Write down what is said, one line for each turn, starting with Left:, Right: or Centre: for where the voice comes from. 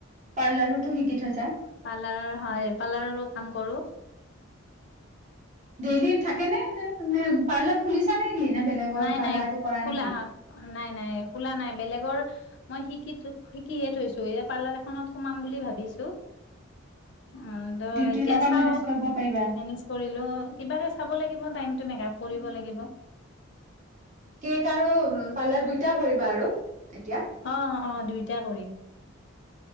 Right: পাৰ্লাৰোতো শিকি থৈছা
Left: পাৰ্লাৰৰ হয় পাৰ্লাৰৰো কাম কৰো
Right: ডেইলি থাকে নে নে নে পাৰ্লাৰ খুলিছ নে বেলেগৰ
Left: নাই
Right: পাৰ্লাৰটো
Left: নাই
Right: কৰা
Left: খোলা
Right: নেকি
Left: নাই নাই খোলা নাই বেলেগৰ মই শিকি শিকিয়ে থৈছো এইয়া পাৰ্লাৰ এখনত সোমাম বুলি ভাবিছো অ দ
Right: ডিউটিৰ
Left: এতিয়া
Right: লগত
Left: চাও
Right: মেনেজ কৰিব পাৰিবা
Left: মেনেজ কৰিলো কিবাকে চাব লাগিব টাইমটো মেকাপ কৰিব লাগিব
Right: কেক আৰু পাৰ্লাৰ দুইটা কৰিবা আৰু এতিয়া
Left: অ অ দুইটা কৰিম